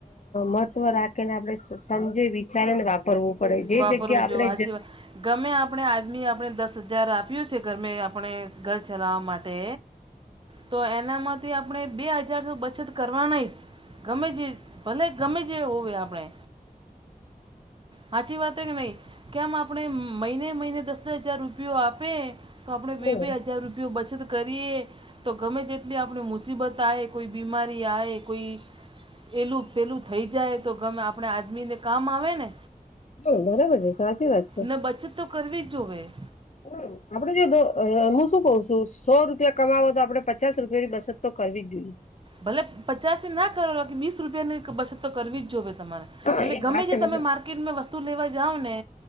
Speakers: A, on the left; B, on the right.
A: મહત્વ રાખ કે ને આપણે સ સમજી વિચારે ને વાપરવું પડે જે
B: વાપરવું
A: જગ્યા આપણે
B: જો હાચી વાત ગમે આપણે આદમી આપણે દસ હજાર આપ્યું છે ધરમે આપણે ઘર ચલાવવા માટે તો એના મા થી આપણે બે હજારથી બચત કરવા ને જ ગમે તે ભલે ગમે તે હોય આપણે હાચી વાત કે નહી કેમ આપણે મય બે- મહિને દસ દસ હજાર રૂપિયો આપે તો આપણે
A: હા
B: બે -બે હજાર રૂપિયો બચત કરીએ તો ગમે જેટલી આપણી મુસીબત આયે કોઈ બીમારી આયે કોઈ ખેલું પેલું થઈ જાય તો ગમે આપણે આદમીને કામ આવે ને
A: તો બરાબર છે સાચી વાત છે.
B: ને બચત તો કરવી જ જોવે.
A: હું. આપડે જો દો હું શું કઉ છું સો રૂપિયા કમાવો તો આપણેે પચાસ રૂપિયાની બસત તો કરવી જોઇએ.
B: ભલે પચાસે ના કરો બાકી વીસ રૂપિયાની બચત તો કરવી જ જોવે તમારે
A: હા
B: ભલે
A: એક
B: ગમે
A: વાત છે
B: જે
A: મતલબ
B: તમે માર્કેટમાં વસ્તુ લેવા જાવ ને